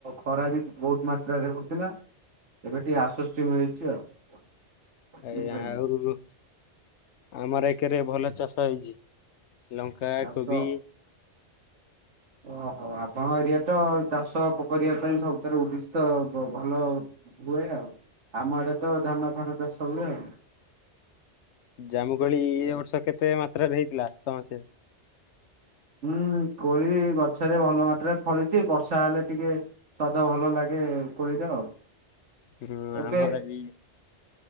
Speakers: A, on the right; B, on the left.
A: ଖରା ବି ବହୁତ ମାତ୍ରାରେ ହଉଥିଲା। ଏବେ ଟିକେ ଆଶ୍ୱସ୍ତି ମିଳିଛି ଆଉ।
B: ଆ
A: ବୁଝିପାରିଲେ।
B: ଆହୁରି ଆମର ଏକରେ ଭଲ ଚାଷ। ହେଇଛି ଲଙ୍କା
A: ଚାଷ
B: କୋବି।
A: ଓହୋ ଆପଣଙ୍କ ଏରିଆରେ ତ ଚାଷ ପକ ପାଇଁ ସବୁଥିରେ ଉଦ୍ଦିଷ୍ଟ ଭଲ। ହୁଏ ଆଉ ଆମ ଆଡ଼େ ତ ଧାନ ଫାନ ଚାଷ ହୁଏ ଆଉ।
B: ଜାମୁକୋଳି ଏ ବର୍ଷ କେତେ ମାତ୍ରାରେ ହେଇଥିଲା ସମସେ।
A: ହୁଁ କୋଳି ଗଛରେ ଭଲ ମାତ୍ରାରେ ଫଳିଛି ବର୍ଷା ହେଲେ ଟିକେ। ସ୍ଵାଦା ଭଲ ଲାଗେ କୋଳିର ଆଉ।
B: ହୁଁ ଆମର
A: ଏବେ
B: ବି